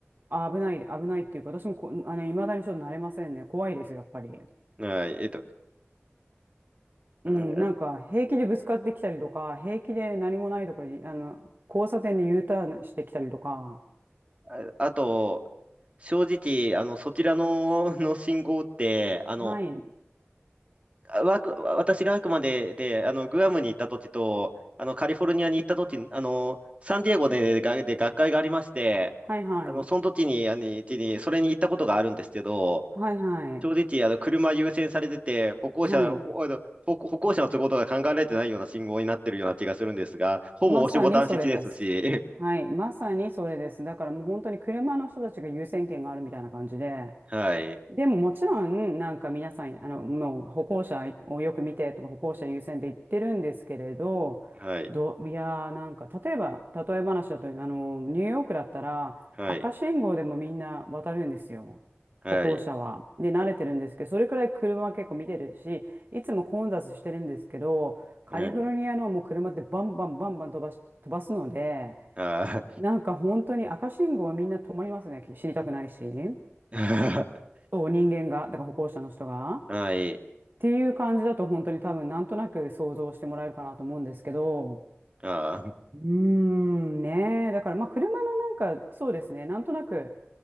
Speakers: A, on the right; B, on the right.
A: あ危ない、危ないっていうか、私もこ、あの、未だにちょっと慣れませんね。怖いです、やっぱり。
B: はい、えっと、うん
A: うん、なんか平気でぶつかってきたりとか、平気で何もないところで、あの、交差点で U ターンしてきたりとか。
B: ああと、正直、あの、そちらの、の信号って、あの、
A: はい。
B: わく私があくまで、で、あの、グアムに行った時と、あの、カリフォルニアに行った時、あの、サンディエゴで、がで学会がありまして、
A: はいはい。
B: あの、その時に、あの、一時に、それに行ったことがあるんですけど、
A: はいはい。
B: 正直、あの、車優先されてて、歩行者、
A: はい。
B: ほあの歩、歩行者の都合とか考えられてないような信号になってるような気がするんですが、ほぼ押しボタン設置ですし、
A: まさにそれです。はい。まさにそれです。だからもう本当に車の人たちが優先権があるみたいな感じで。
B: <laughs> はい、
A: でももちろん、なんか皆さん、あの、もう歩行者をよく見てとか、歩行者優先で言ってるんですけれど、
B: はい、
A: どう、いやー、なんか、例えば、例え話だと、あの、ニューヨークだったら、
B: はい、
A: 赤信号でもみんな渡るんですよ。
B: はい、
A: 歩行者は。で、慣れてるんですけど、それくらい車は結構見てるし、いつも混雑してるんですけど、カリフォルニアのもう車ってバンバンバンバン飛ばし、
B: はい、
A: 飛ばすので、
B: あ
A: なんか本当に赤信号はみんな止まりますね、知りたくないし。
B: ー <laughs>
A: そう、人間が、だから歩行者の人が。
B: はい、
A: っていう感じだと本当に多分なんとなく想像してもらえるかなと思うんですけど、
B: あー
A: うーん、ねえ、だからまあ車のなんかそうですね、なんとなく、